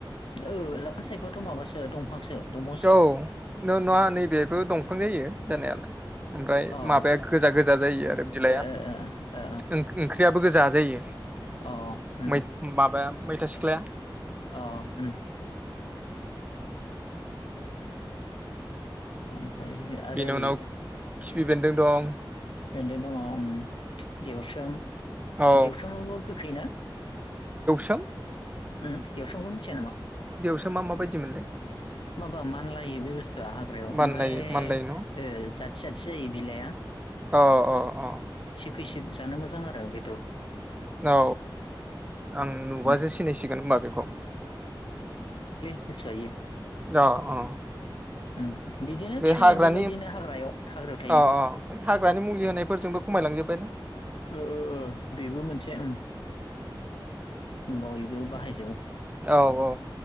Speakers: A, on the left; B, on the right.
A: ओ लाफा सायखआथ' माबासो दंफांसो दंफां
B: औ नों ना नैबेहबो दंफां जायो जानायालाय। ओमफ्राय
A: अ ओ
B: माबाया गोजा गोजा जायो आरो बिलाइआ
A: ओ ओ
B: ओं-ओंख्रियाबो गोजा जायो।
A: ओ अ उम
B: मोज माबाया मैथा सिख्लाया
A: अ ओम ओमफ्राय आरो
B: बेनि
A: ओरै
B: उनाव
A: खिफि
B: बेन्दों दं
A: बेनदों दङ। ओम देवस्रोम
B: औ
A: देवस्रोमाबो गोखै ना?
B: थाम
A: ओम देवस्रोमखौ मिथिया नामा?
B: देवस्रोमा मा माबादि मोनलाय?
A: माबा मानलायो बे बुस्थुआ हाग्रायाव
B: मानलायो
A: ओमफ्राय
B: मानलायो न'
A: ओ जात जाथि जायो बिलाइआ
B: अ अ अ
A: बेसेन जानो मोजां आरो बे
B: औ औ ओम। आं नुबासो
A: उम
B: सिनायसिगोन होनोमबा बेखौ।
A: होसोआयो
B: अ अ
A: उम बिदिनो
B: बे
A: खिफि
B: हाग्रानि
A: बेन्दों बायदिनो
B: अ
A: हाग्रायाव हाग्रायाव थायो
B: अ बे हाग्रानि मुलि होनायफोरजोंबो खमायलांजोब बाय ना
A: ओ ओ बेबो मोनसे उम। बयबो बाहाय
B: औ औ